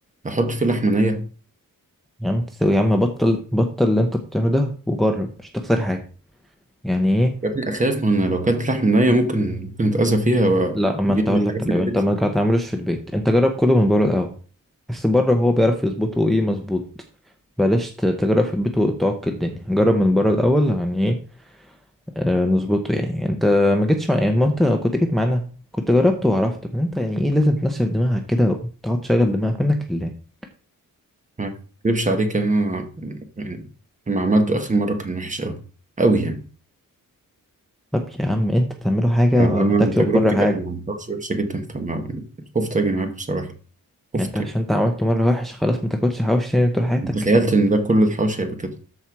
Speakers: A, on the right; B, in the centre.
A: احط فيه لحمة نية
B: يا عم تسوي يا عم بطل بطل اللي انت بتعمله ده وجرب مش تخسر حاجه يعني ايه
A: يا ابني اخاف ما انا لو كلت لحمة نية ممكن ممكن اتأذى فيها ويجيلي
B: لا ما انت اقول لك
A: حاجة في
B: طيب
A: معدتي
B: انت ما تعملوش في البيت انت جرب كله من بره الاول بس بره هو بيعرف يظبطه ايه مظبوط بلاش ت- تجرب في البيت وتعك الدنيا جرب من بره الاول يعني ايه آه، نظبطه يعني انت ما جيتش مع يعني ما انت لو كنت جيت معانا كنت جربت وعرفت بس انت يعني ايه لازم تنشف دماغك كده وتقعد تشغل دماغك منك لله
A: ما اكذبش عليك انا يعني لما عملته اخر مره كان وحش قوي قوي يعني
B: طب يا عم انت تعمله حاجة
A: فانا
B: ولما تاكله
A: تجربتي
B: من بره حاجة
A: كانت مع الحوش وحشه جدا فما خفت اجي معاك بصراحه خفت
B: يعني انت عشان
A: يعني
B: انت عملته مرة وحش خلاص ما تاكلش حواوشي تاني طول حياتك
A: تخيلت
B: يعني
A: ان ده كل الحوش هيبقى كده